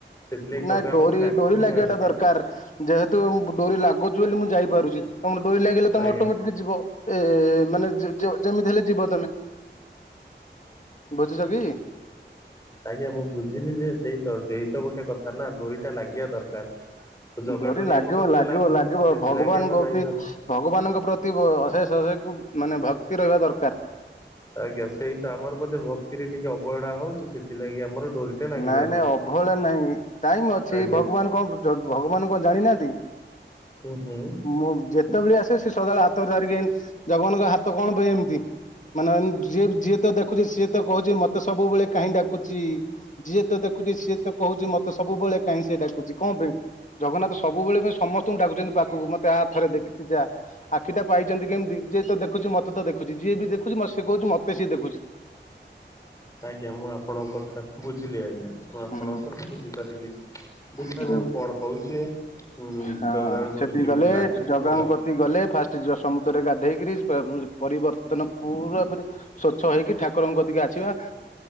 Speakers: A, on the left; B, on the left.
A: ସେଥିଲାଗି
B: ନାଇଁ
A: ଜଗା
B: ଡୋରି
A: ଆମକୁ ଡାକୁ
B: ଡୋରି
A: ହିଁ
B: ଲାଗିବା
A: ନାହାନ୍ତି
B: ଟା ଦରକାର। ଯେହେତୁ ଡୋରି ଲାଗୁଚି ବୋଲି ମୁଁ ଯାଇପାରୁଚି ତମ ଡୋରି ଲାଗିଲେ ତମେ
A: ଆଜ୍ଞା।
B: ଅଟୋମେଟିକ ଯିବ। ଏ ମାନେ ଯେ-ଯୋ-ଯେମିତି ହେଲେ ଯିବ ତମେ ବୁଝୁଛ କି?
A: ଆଜ୍ଞା ମୁଁ ବୁଝିଲି ଯେ ସେଇତ ସେଇତ ଗୋଟେ କଥା ନା ଡୋରିଟା ଲାଗିବା ଦରକାର। ତ ଜଗା
B: ଡୋରି ଲାଗିବ
A: ଆମ କତିରେ
B: ଲାଗିବ
A: ଲାଗୁନି
B: ଲାଗିବ
A: ସେଥିଲାଗି
B: ଭଗବାନଙ୍କ
A: ଆମେ ଯାଇପାରୁ
B: ଉତି ଭଗବାନଙ୍କ ପ୍ରତି ବ ଅଶେଷ ଅଶେକେ ମାନେ ଭକ୍ତି ରହିବା ଦରକାର।
A: ଆଜ୍ଞା ସେଇ ତ ଆମର ବୋଧେ ଭକ୍ତିରେ ଟିକେ ଅବହେଳା ହଉଛି ସେଥିଲାଗି ଆମର ଡୋରିଟା ଲାଗି
B: ନାଇଁ
A: ପାରୁନି।
B: ନାଇଁ ଅବହେଳା ନାହି। ଟାଇମ ଅଛି
A: ଆଜ୍ଞା
B: ଭଗବାନ କଣ ଭଗବାନ କଣ ଜାଣି ନାହାନ୍ତି।
A: ହୁଁ ହୁଁ।
B: ମୁଁ ଯେ ସେତ ଭଳେ ଆସେ ସେ ସଦାବେଳେ ହାତରେ ଧରିକି ଜଗନ୍ନାଥ ହାତ କଣ ପାଇଁ ଏମିତି। ମାନେ ଯିଏ ଯିଏ ତ ଦେଖୁଚୁ ସିଏ ତ କୋହୁଚି ମତେ ସବୁବେଳେ କାହିଁ ଡାକୁଚି। ଯିଏ ତ ଦେଖୁଛି ସିଏ ତ କହୁଛି ମତେ ସବୁବେଳେ କାହିଁ ସେ ଡାକୁଛି। କଣ ପାଇଁ ଜଗନ୍ନାଥ ସବୁବେଳେ ପାଇଁ ସମସ୍ତଙ୍କୁ ଡାକୁଛନ୍ତି ପାଖକୁ ମତେ ଆ ଥରେ ଦେଖିକି ଯା। ଆଖିଟା ପାଇଛନ୍ତି କେମିତି ଯିଏ ତ ଦେଖୁଚି, ମତେ ତ ଦେଖୁଚି, ଯିଏ ବି ଦେଖୁଛି ମତେ ସେ କୋହୁଚି ମତେ ସିଏ ଦେଖୁଚି।
A: ଆଜ୍ଞା ମୁଁ ଆପଣଙ୍କ କଥା ବୁଝିଲି ଆଜ୍ଞା ମୁଁ ଆପଣଙ୍କ
B: ହୁଁ
A: କଥା ବୁଝିପାରିଲି। ଦେଖାଯାଉ
B: ହୁଁ
A: କଣ ହେଉଛି। ହୁଁ
B: ହଁ
A: ଜଗା ଙ୍କ ଡୋରି
B: ସେଠି
A: କେମିତି
B: ଗଲେ
A: ଲାଗୁଛି
B: ଜଗାଙ୍କ
A: ନ ହେଲେ?
B: କତି ଗଲେ ଫାଷ୍ଟ ଯିବା ସମୁଦ୍ରରେ ଗାଧେଇକିରି ପରିବର୍ତ୍ତନ ପୁରା ପରି ସଚ୍ଛ ହେଇକି ଠାକୁରଙ୍କ କତି କି ଆସିବା,